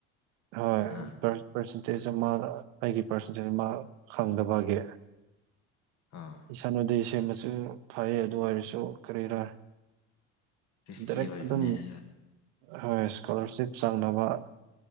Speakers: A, on the right (about 80°); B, on the left (about 55°).
A: ꯍꯣꯏ
B: ꯑꯥ
A: ꯄꯥꯔꯁꯦꯟꯇꯦꯖ ꯑꯃꯒ ꯑꯩꯒꯤ ꯄꯥꯔꯁꯦꯟꯇꯦꯖ ꯑꯃ ꯈꯪꯗꯕꯒꯤ
B: ꯑꯥ
A: ꯏꯁꯟ ꯎꯗꯦ ꯁꯦꯝꯕꯁꯨ ꯐꯩ ꯑꯗꯨ ꯑꯣꯏꯔꯁꯨ ꯀꯔꯤꯔꯥ
B: ꯔꯤꯁꯀꯤ
A: ꯗꯥꯏꯔꯦꯛ
B: ꯑꯣꯏꯕꯅꯦ
A: ꯑꯗꯨꯝ
B: ꯍꯥꯏꯕ
A: ꯍꯣꯏ ꯏꯁꯀꯣꯂꯥꯔꯁꯤꯞ ꯆꯪꯅꯕ